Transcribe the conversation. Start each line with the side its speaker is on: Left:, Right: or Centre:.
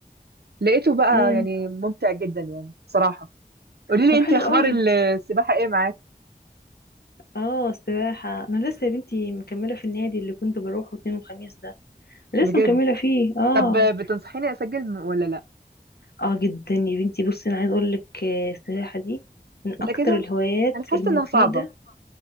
Right: لقيته بقى
Left: امم
Right: يعني ممتع جدا يعني صراحه قولي لي
Left: طب
Right: انت
Left: حلو
Right: اخبار
Left: قوي
Right: السباحه ايه معاك
Left: اه السباحة انا لسه يا بنتي مكملة في النادي اللي كنت بروحه اتنين وخميس ده لسه
Right: بجد
Left: مكملة فيه اه
Right: طب بتنصحيني اسجل ولا لا
Left: اه جدا يا بنتي بصي انا عايز اقول لك آه، السباحة دي من
Right: متاكده
Left: اكتر الهوايات
Right: انا حاسه
Left: المفيدة
Right: انها صعبه